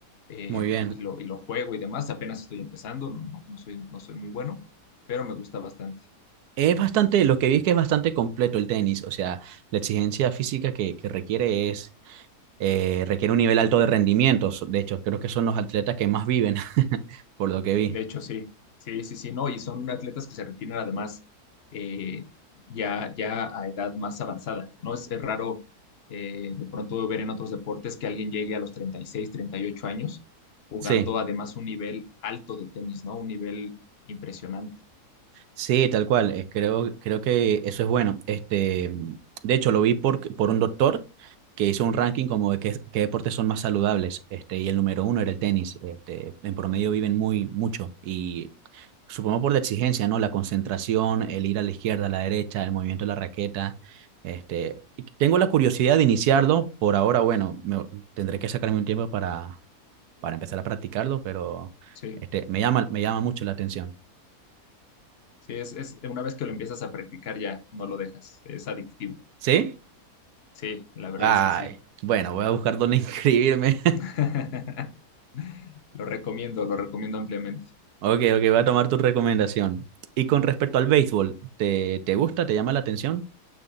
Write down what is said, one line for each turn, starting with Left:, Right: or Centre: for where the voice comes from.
Left: eh,
Right: muy bien.
Left: y, y lo, y lo juego y demás. Apenas estoy empezando, no, no, no soy, no soy muy bueno, pero me gusta bastante.
Right: Es bastante, lo que vi es que es bastante completo el tenis, o sea, la exigencia física que, que requiere es, eh, requiere un nivel alto de rendimiento, so- de hecho, creo que son los atletas que más viven, <laughs> por lo que vi.
Left: De hecho, sí, sí, sí, sí, no, y son atletas que se retiran además eh, ya, ya a edad más avanzada, ¿no? Es, es raro eh, de pronto ver en otros deportes que alguien llegue a los treinta treinta y seis treinta y ocho años jugando
Right: Sí,
Left: además un nivel alto de tenis, ¿no? Un nivel impresionante.
Right: sí, tal cual, eh, creo, creo que eso es bueno. Este, de hecho, lo vi por, por un doctor que hizo un ranking como de qué, qué deportes son más saludables, este, y el número uno era el tenis, este, en promedio viven muy, mucho, y supongo por la exigencia, ¿no? La concentración, el ir a la izquierda, a la derecha, el movimiento de la raqueta. Este, y tengo la curiosidad de iniciarlo. Por ahora, bueno, me- tendré que sacarme un tiempo para, para empezar a practicarlo, pero
Left: Sí,
Right: este, me llama, me llama mucho la atención.
Left: sí, es, es una vez que lo empiezas a practicar ya no lo dejas, es adictivo.
Right: ¿Sí?
Left: Sí, la verdad
Right: Ay,
Left: es que sí.
Right: bueno, voy a buscar dónde <laughs> inscribirme.
Left: <laughs> Lo recomiendo, lo recomiendo ampliamente.
Right: Ok, ok, voy a tomar tu recomendación. Y con respecto al béisbol, ¿te, te gusta? ¿Te llama la atención?